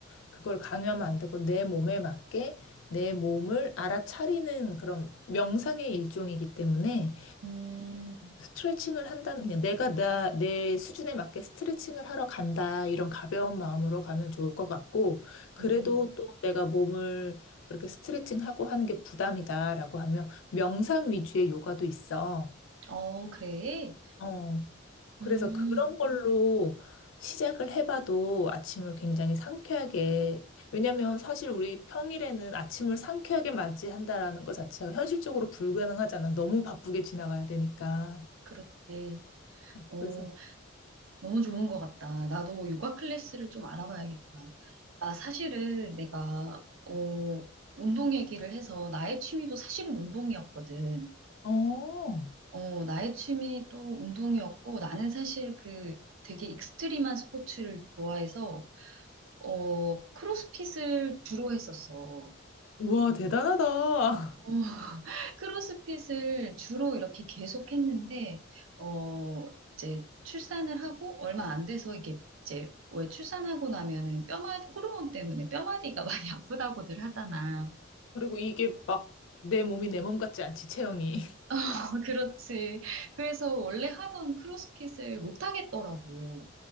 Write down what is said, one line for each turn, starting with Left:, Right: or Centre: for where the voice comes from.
Left: 그걸 강요하면 안 되고 내 몸에 맞게 내 몸을 알아차리는 그런 명상의 일종이기 때문에
Right: 음,
Left: 스트레칭을 한다는 그냥 내가 나, 내 수준에 맞게 스트레칭을 하러 간다 이런 가벼운 마음으로 가면 좋을 것 같고 그래도
Right: 음,
Left: 또 내가 몸을 그렇게 스트레칭하고 하는 게 부담이다라고 하면 명상 위주의 요가도 있어.
Right: 어, 그래.
Left: 어, 그래서
Right: 음.
Left: 그런 걸로 시작을 해봐도 아침을 굉장히 상쾌하게 왜냐면 사실 우리 평일에는 아침을 상쾌하게 맞이한다라는 것 자체가 현실적으로 불가능하잖아. 너무 바쁘게 지나가야 되니까.
Right: 그렇지. 어,
Left: 그래서
Right: 너무 좋은 것 같다. 나도 요가 클래스를 좀 알아봐야겠다. 나 사실은 내가, 어, 운동 얘기를 해서 나의 취미도 사실은 운동이었거든.
Left: 어.
Right: 어, 나의 취미 또 운동이었고, 나는 사실 그 되게 익스트림한 스포츠를 좋아해서, 어, 크로스핏을 주로 했었어.
Left: 우와, 대단하다.
Right: 어, <laughs> 크로스핏을 주로 이렇게 계속 했는데, 어, 이제 출산을 하고 얼마 안 돼서 이게 이제 왜 출산하고 나면은 뼈마디, 호르몬 때문에 뼈마디가 <laughs> 많이 아프다고들 하잖아.
Left: <laughs> 그리고 이게 막 내 몸이 내 몸 같지 않지, 체형이.
Right: <laughs> 그렇지. 그래서 원래 하던 크로스핏을 못 하겠더라고.